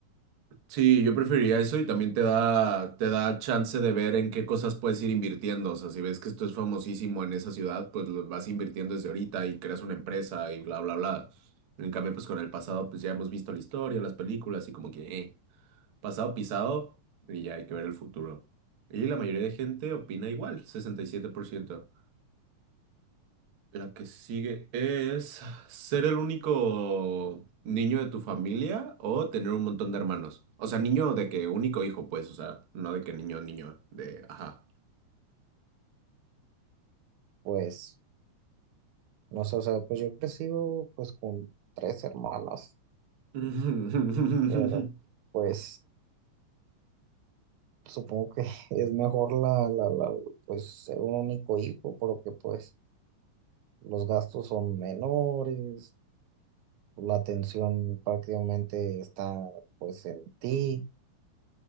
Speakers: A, on the right; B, on the right.
A: Sí, yo preferiría eso y también te da, te da chance de ver en qué cosas puedes ir invirtiendo. O sea, si ves que esto es famosísimo en esa ciudad, pues lo vas invirtiendo desde ahorita y creas una empresa y bla, bla, bla. En cambio, pues con el pasado, pues ya hemos visto la historia, las películas y como que, eh, pasado pisado y ya hay que ver el futuro. Y la mayoría de gente opina igual, 67%. La que sigue es ser el único niño de tu familia o tener un montón de hermanos. O sea, niño de que único hijo, pues, o sea, no de que niño, niño, de, ajá.
B: Pues no sé, o sea, pues yo he crecido pues con tres hermanas,
A: <laughs>
B: pero pues supongo que <laughs> es mejor la, la, la, pues ser un único hijo, porque pues... los gastos son menores, la atención prácticamente está pues en ti,